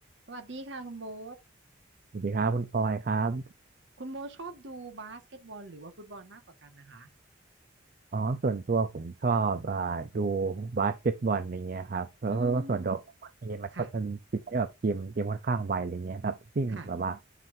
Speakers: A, on the right; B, on the right.
A: สวัสดีค่ะคุณโบ๊ท
B: สวัสดีครับคุณปอยครับ
A: คุณโบ๊ทชอบดูบาสเกตบอลหรือว่าฟุตบอลมากกว่ากันนะคะ
B: อ๋อส่วนตัวผมชอบอ่าดูบาสเกตบอลอะไรเงี้ยครับเพราะว่าส่วนตัวเกมมันก็มันมีจิตที่แบบเกมเกมค่อนข้างไวอะไรเงี้ยครับซึ่งแบบว่า
A: อืม ค่ะ ค่ะ